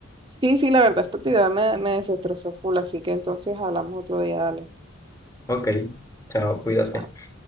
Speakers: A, on the right; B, on the left.
A: Sí, sí, la verdad, esta actividad me, me desestrozó full, así que entonces hablamos otro día, dale.
B: Ok, chao, cuídate.
A: Chao.